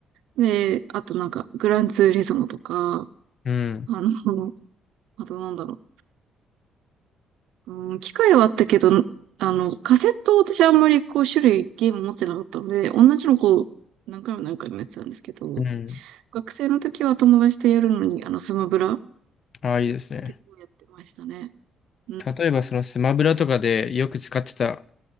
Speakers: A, on the right; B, on the left.
A: で、あとなんか、グランツーリズムとか、
B: ー、うん、
A: あの、<laughs> あとなんだろう、うん、機械はあったけど、あの、カセットを私あんまりこう、種類、ゲーム持ってなかったので、同じのこう、何回も何回もやってたんですけど、
B: うん。
A: 学生の時は友達とやるのに、あの、スマブラ、
B: ああ、いいですね。
A: 結構やってましたね。うん。
B: 例えば、そのスマブラとかでよく使ってた